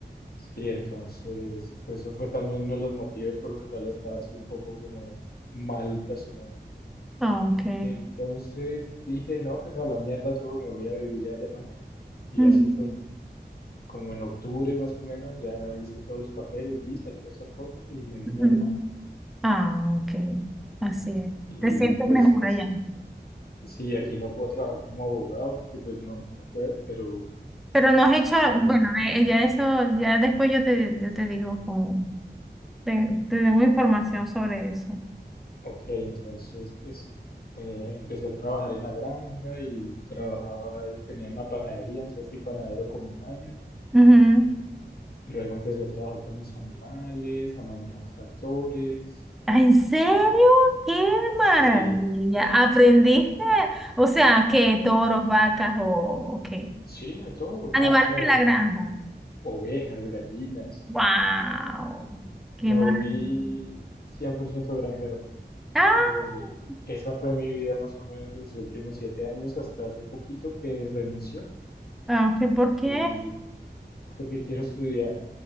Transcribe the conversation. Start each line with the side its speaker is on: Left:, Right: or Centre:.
Left: Sí, entonces, pues eso fue también uno de los motivos por los cuales estaba así un poco como mal personalmente.
Centre: Ah, ok.
Left: Entonces dije, no, pues a la mierda todo, me voy a vivir a Alemania. Y
Centre: Ujú,
Left: así fue. Como en octubre más o menos, ya hice todos los papeles, visa y todas esas cosas y me vine
Centre: ujú.
Left: a Alemania.
Centre: Ah, ok. Así es.
Left: Y
Centre: Te sientes
Left: pues
Centre: mejor
Left: es,
Centre: allá.
Left: Sí, aquí no puedo trabajar como abogado porque pues no, no puedo, pero
Centre: Pero no has hecho,
Left: eh,
Centre: bueno, eh, ya eso, ya después yo te, yo te digo como, te, te tengo información sobre eso.
Left: ok, entonces es, eh, empecé a trabajar en la granja y trabajaba, y tenía una panadería, entonces fui panadero como un año.
Centre: Ujú.
Left: Luego empecé a trabajar con los animales, a manejar tractores,
Centre: Ah, ¿En serio? ¡Qué
Left: sí,
Centre: maravilla! ¿Aprendiste? O sea, ¿qué? ¿Toros, vacas o, o qué?
Left: sí, de todo, vacas,
Centre: Animales de la granja.
Left: ovejas, gallinas.
Centre: ¡Wow! ¡Qué
Left: Me
Centre: maravilla!
Left: volví 100% granjero.
Centre: ¡Ah!
Left: Y esa fue mi vida más o menos los últimos siete años, hasta hace poquito que renuncié
Centre: Ah, Okay, ¿por qué?
Left: y porque quiero estudiar,